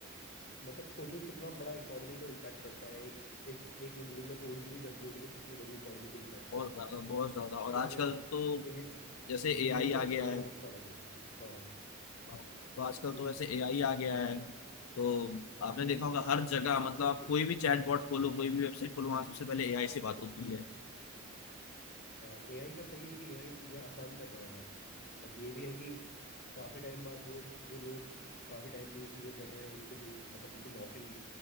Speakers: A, on the left; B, on the left.
A: मतलब सोचो कितना बड़ा इकोनॉमी को इम्पैक्ट करता है एक एक एक इंजीनियरिंग में थोड़ी सी भी गलती होगी तो कितनी बड़ी इकोनॉमी को इम्पैक्ट कर
B: बहुत
A: रहा
B: ज्यादा
A: था
B: बहुत ज्यादा और
A: कितने
B: आजकल तो
A: बिलियंस
B: जैसे
A: बिलियंस
B: एआई
A: ऑफ
B: आ गया
A: डॉलर
B: है
A: का नुकसान हो गया हाँ
B: तो आजकल
A: ए
B: तो वैसे एआई आ गया है तो
A: हाँ
B: आपने
A: A
B: देखा
A: I
B: होगा हर जगह
A: It's good
B: मतलब
A: for
B: आप कोई भी चैट बॉट खोलो कोई भी वेबसाइट खोलो वहां सबसे पहले एआई से बात होती है
A: हाँ एआई का सही है कि एआई चीज़ें आसान कर रहा है और बट ये भी है कि काफ़ी टाइम बाद वो जो लोग काफ़ी टाइम से ये चीज़ें कर रहे हैं उनको नहीं मतलब उनकी नौकरी